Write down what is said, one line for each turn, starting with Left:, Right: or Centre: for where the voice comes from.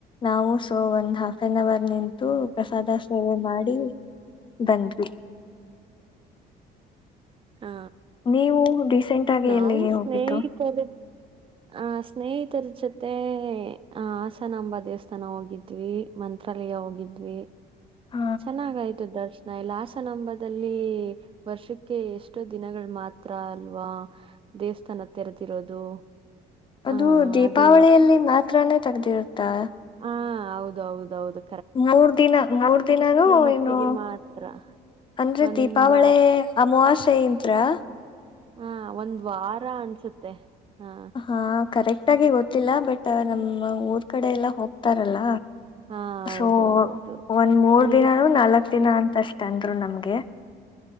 Left: ನಾವು ಸೊ ಒಂದ್ ಹಾಫ್ ಎನ್ ಅವರ್ ನಿಂತು ಪ್ರಸಾದ ಸೇವೆ ಮಾಡಿ ಬಂದ್ವಿ
Right: ಹಾ
Left: ನೀವು ರೀಸೆಂಟ್ ಆಗಿ
Right: ನಾವು
Left: ಎಲ್ಲಿಗೆ
Right: ಸ್ನೇಹಿತರ
Left: ಹೋಗಿದ್ದು
Right: ಆಹ ಸ್ನೇಹಿತರ ಜೊತೆ ಆ ಹಾಸನಾಂಬ ದೇವಸ್ಥಾನ ಹೋಗಿದ್ವಿ ಮಂತ್ರಾಲಯ ಹೋಗಿದ್ವಿ
Left: ಹ
Right: ಚೆನ್ನಾಗಾಯ್ತು ದರ್ಶನ ಇಲ್ಲಾಸನಂಬದಲ್ಲಿ ವರ್ಷಕ್ಕೆ ಎಷ್ಟೋ ದಿನಗಳು ಮಾತ್ರ ಅಲ್ವಾ ದೇವಸ್ಥಾನ ತೆರೆದಿರೋದು
Left: ಅದು
Right: ಹ
Left: ದೀಪಾವಳಿಯಲ್ಲಿ
Right: ಅದು
Left: ಮಾತ್ರಾನೇ ತೆಗ್ದಿ ಇರ್ತ್ತ
Right: ಹಾ ಹೌದ ಹೌದೌದು
Left: ಮೂರ್ ದಿನ ಮೂರ್ ದಿನಾನೂ
Right: ಮಟ್ಟಿಗೆ
Left: ಏನು
Right: ಮಾತ್ರ
Left: ಅಂದ್ರೆ
Right: ಒಂದ
Left: ದೀಪಾವಳಿ ಅಮಾವಾಸ್ಯೆ ಇಂತ್ರತ್ರ
Right: ಹಾ ಒಂದ್ ವಾರ ಅನ್ಸುತ್ತೆ ಹಾ
Left: ಹಾ ಕರೆಕ್ಟಗ ಗೊತ್ತಿಲ್ಲ ಬಟ್ ನಮ್ಮ ಊರ್ ಕಡೆ ಎಲ್ಲ ಹೋಗ್ತಾರಲ್ಲ
Right: ಹಾ ಹೌದು
Left: ಸೊ
Right: ಹೌದು
Left: ಒಂದ್ ಮೂರ್
Right: ಅಲ್ಲಿ
Left: ದಿನಾನ ನಾಲ್ಕ್. ದಿನಾ ಅಂತ ಅಷ್ಟ ಅಂದ್ರು ನಮ್ಗೆ.